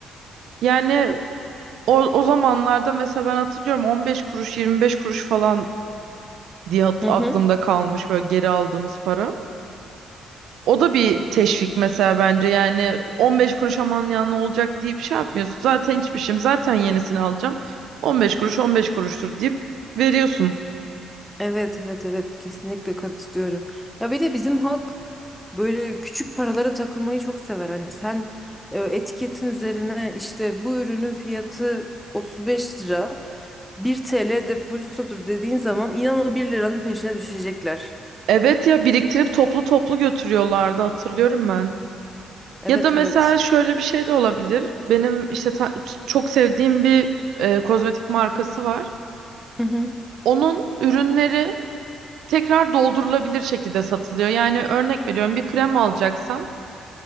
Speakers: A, on the right (about 80°); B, in the centre.
A: Yani o, o zamanlarda mesela ben hatırlıyorum 15 kuruş 25 kuruş falan diye hat-
B: Hı
A: aklımda
B: hı.
A: kalmış böyle geri aldığımız para. O da bir teşvik mesela bence yani 15 kuruş aman ya ne olacak deyip şey yapmıyorsun. Zaten hiçbir şeyim zaten yenisini alacağım. 15 kuruş 15 kuruştur deyip veriyorsun.
B: Evet evet evet kesinlikle katılıyorum. Ya bir de bizim halk böyle küçük paralara takılmayı çok sever. Hani sen e, etiketin üzerine işte bu ürünün fiyatı 35 lira 1 TL depozitodur dediğin zaman inanın bir liranın peşine düşecekler.
A: Evet ya biriktirip toplu toplu götürüyorlardı hatırlıyorum ben.
B: Evet
A: Ya da mesela
B: evet.
A: şöyle bir şey de olabilir. Benim işte ta- çok sevdiğim bir e, kozmetik markası var.
B: Hı hı.
A: Onun ürünleri tekrar doldurulabilir şekilde satılıyor. Yani örnek veriyorum bir krem alacaksan